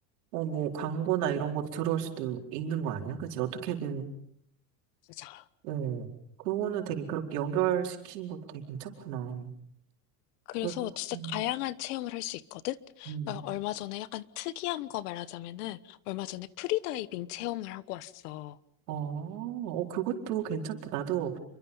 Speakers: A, on the right; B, on the left.
A: 어, 뭐, 광고나 이런 것도 들어올 수도 있는 거 아니야? 그치? 어떻게든,
B: 있자.
A: 응. 그거는 되게 그렇게 연결시키는 것도 되게 괜찮구나.
B: 그래서
A: 그,
B: 진짜
A: 음,
B: 다양한 체험을 할 수 있거든?
A: 음.
B: 그러니까 얼마 전에 약간 특이한 거 말하자면은 얼마 전에 프리다이빙 체험을 하고 왔어.
A: 어, 어, 그것도 괜찮다. 나도